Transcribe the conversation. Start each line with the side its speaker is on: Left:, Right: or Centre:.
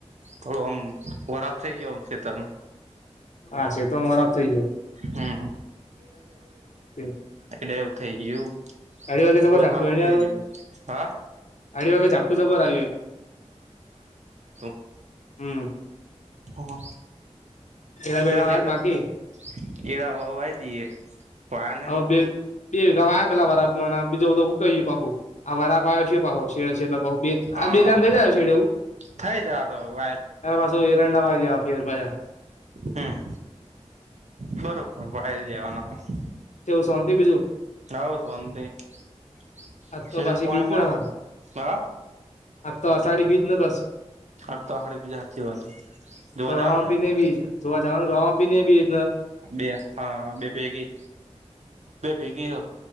Right: થોડું આમ વરાફ થઈ ગયું આમ ખેતર.
Left: હા છેે તો <unintelligible> થઇ ગયું.
Right: હમ
Left: <unintelligible>
Right: એટલે એવું થઇ ગયું.
Left: અઢી વાગે જબર
Right: ઓલું
Left: ઝાપટું
Right: હાવ
Left: એને
Right: ગયું
Left: હારું
Right: તું હા.
Left: અઢી વાગે ઝાપટું જબર આવ્યું એક
Right: <unintelligible>
Left: હમ્મ.
Right: હા.
Left: એડા
Right: શું
Left: બેડા
Right: થયું
Left: વાયા
Right: તું?
Left: બાકી
Right: કેળા હવે વાઈ દઈએ. વાયા
Left: <unintelligible>
Right: નહીં
Left: બીજું બધું હૂકાઈ <unintelligible> <unintelligible>
Right: હા થઈ જા તો <unintelligible>
Left: તારા પાછું એરંડા વાવી દેવા ફેર પાછા
Right: હમ્મ. બરોબર <unintelligible>
Left: કેવું શાંતિ બીજું?
Right: નાવ શંત સ
Left: આજ તો પાછી
Right: પોણી
Left: બીજ
Right: પોણી
Left: ના
Right: હ.
Left: આજ તો અષાઢી બીજ ન પાસે
Right: અ તોહાડી બી જતી વાત, જોવાજનું
Left: તો રામાપીર
Right: નહી?
Left: ને બીજ જોવા જવાનું રવા પીને બી
Right: બે હા બે ભેગી બે ભેગી.